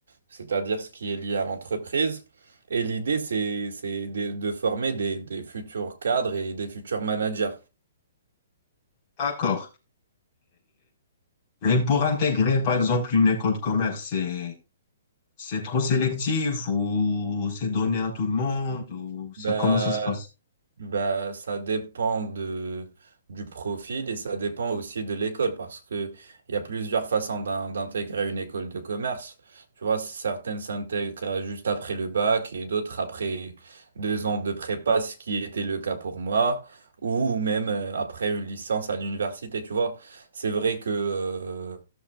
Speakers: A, on the right; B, on the left.
A: c'est-à-dire ce qui est lié à l'entreprise. Et l'idée, c'est, c'est de, de former des, des futurs cadres et des futurs managers.
B: D'accord. Et pour intégrer, par exemple, une école de commerce, c'est, c'est trop sélectif ou c'est donné à tout le monde ou ça,
A: Bah,
B: comment ça se passe?
A: Bah, ça dépend de, du profil et ça dépend aussi de l'école parce que il y a plusieurs façons d'in- d'intégrer une école de commerce. Tu vois, certaines s'intègrent juste après le bac et d'autres après deux ans de prépa, ce qui était le cas pour moi, ou même euh, après une licence à l'université. Tu vois, c'est vrai que, euh,